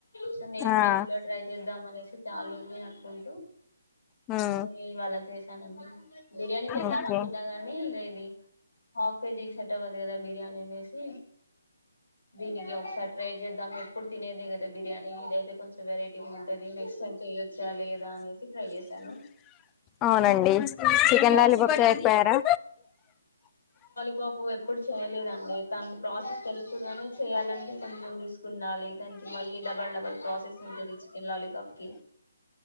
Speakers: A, on the left (about 75°); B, on the left (about 15°).
A: సో నేను కూడా
B: ఆ
A: ఇంట్లో ట్రై చేద్దాం అనేసి చాల రోజులు అనుకుంటూ
B: మ్మ్
A: నేను ఇవాళ చేశాన్నండి బిర్యానీ చేద్దాం
B: ఓకే
A: అనుకున్నా కాని ఇది అఫ్ కేజీకి సెట్ అవ్వదు కదా బిర్యానీ అనేసి దీనికి ఒకసారి ట్రై చేద్దాం ఎప్పుడు తినేదే కదా బిర్యానీ ఇదైతే కొంచెం వెరైటీ టిగా ఉంటది నెక్స్ట్ టైం చేయొచ్చా లేదా అనేసి ట్రై చేసాను
B: అవునండి చికెన్
A: బాగా
B: లాలిఫుప్స్
A: కుదిరింది
B: అయి పోయారా
A: సోపు ఎప్పుడు చేయలేదండి తానికి ప్రాసెస్ తెలుసుగానీ చేయాలంటే కొంచెం రిస్క్ ఉండాలి దానికి మళ్ళీ డబల్ డబల్ ప్రాసెస్ ఉంటది వలాలీఫప్ కి